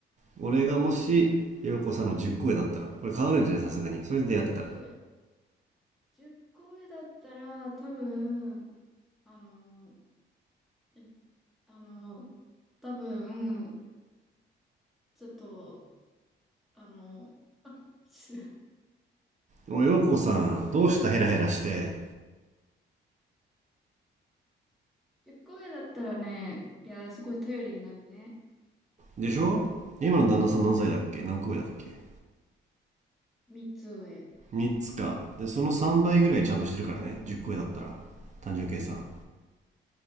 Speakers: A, on the right; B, in the centre.
A: う俺がもし陽子さんの10個上だったら俺変わるんじゃないさすがにそれで出会ってたら
B: 10上。10個上だったら、多分、あの、えあの、多分、ちょっと、あの、す
A: おい陽子さんどうしたヘラヘラして
B: <laughs> 10個上だったらね、いや、すごい頼りになるね。
A: でしょ今の旦那さん何歳だっけ何個上だっけ
B: 3つ上。
A: 3つかでその3倍ぐらいちゃんとしてるからね10個上だったら単純計算